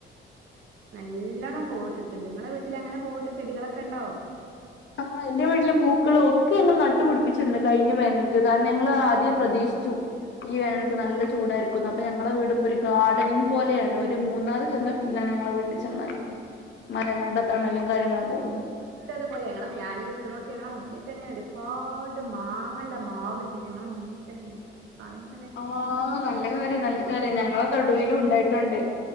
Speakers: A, on the right (about 85°); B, on the left (about 65°).
A: നല്ലോണ്ണം പൂവ്ട്ട്ട്ട്ണ്ട് ഇങ്ങളെ വീട്ടിൽ അങ്ങനെ പൂവ്ട്ട ചെടികളൊക്ക ഇണ്ടോ
B: ആഹ് എന്റെ വീട്ടില് പൂക്കളും ഒക്കെ ഞങ്ങൾ നട്ടുപിടിപ്പിച്ച്ണ്ട് കഴിഞ്ഞ വേനൽക്ക് കാരണം ഞങ്ങൾ ആദ്യേ പ്രതീഷ്ച്ചു ഈ വേനല്ക്ക് നല്ല ചൂടാരിക്കും ന്ന് അപ്പ ഞങ്ങളെ വീട്പ്പഒരു ഗാഡനിങ് പോലെയാണ് ഒരു മൂന്നാറ് ചെന്ന ഫീലാണ് ഞങ്ങളെ വീട്ടിചെന്നാൽ മരങ്ങള്ടെ തണലും കാര്യങ്ങളൊക്ക ഉണ്ട്
A: ഞങ്ങള വീ അത്പോലെ ഞങ്ങള ഞാൻ ഇക്ക്നോണ്ട്ത്ത് ഞങ്ങളെ മുന്നി തന്നെ ഒരുഫാട് മാങ്ങള്ള മാവ്ണ്ട് ഞങ്ങളെ മുന്നി തന്നെ ഇരിക്കണം അത് കാണുപ
B: ആഹ് നല്ല കാര്യം നല്ല കാര്യം ഞങ്ങള തൊടുവിലും ഉണ്ടായിട്ടുണ്ട്